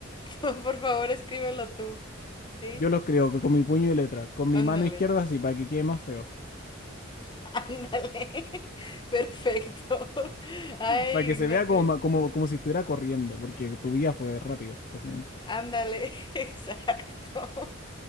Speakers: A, on the left (about 25°); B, on the left (about 45°).
A: <laughs> Por favor, escríbelo tú. ¿Sí?
B: yo los creo que con mi puño y letra, con mi
A: Ándale.
B: mano izquierda sí, para que quede más feo.
A: Ándale. <laughs> Perfecto. Ay,
B: Para que
A: Ignacio.
B: se vea como, como, como si estuviera corriendo, porque tu vida fue rápida, básicamente.
A: Ándale. <laughs> Exacto.